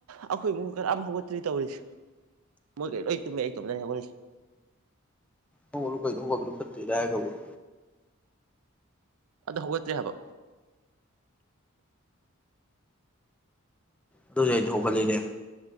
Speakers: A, on the right; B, in the centre.
A: ꯑꯩꯈꯣꯏ ꯏꯃꯨꯡ ꯀꯅꯥꯝ ꯍꯧꯒꯠꯇ꯭ꯔꯤ ꯇꯧꯔꯤꯁꯦ ꯃꯣꯏꯒꯩ ꯂꯣꯏ ꯇꯨꯝꯃꯦ ꯑꯩ ꯏꯇꯣꯝꯇꯅꯤ ꯍꯧꯒꯠꯔꯤꯁꯦ
B: ꯍꯧꯒꯠꯂꯨ ꯀꯩꯅꯣ ꯍꯧꯒꯠꯄ ꯐꯠꯇꯦ ꯍꯥꯏꯒꯕꯣ
A: ꯑꯗꯣ ꯍꯧꯒꯠꯇ꯭ꯔꯤ ꯍꯥꯏꯕ
B: ꯑꯗꯨꯁꯨ ꯑꯩꯗꯤ ꯍꯧꯒꯠꯂꯦꯅꯦ